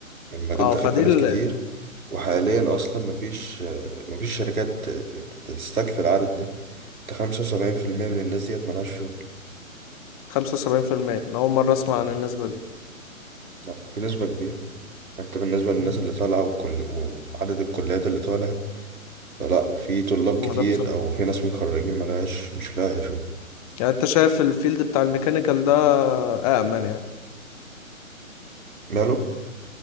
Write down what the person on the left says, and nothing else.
اه
فدي
ال
75% انا اول مرة اسمع
عن النسبة دي
مم.
ما
ده بصراحة
يعني انت شايف الفيلد بتاع الميكانيكال ده آمن يعني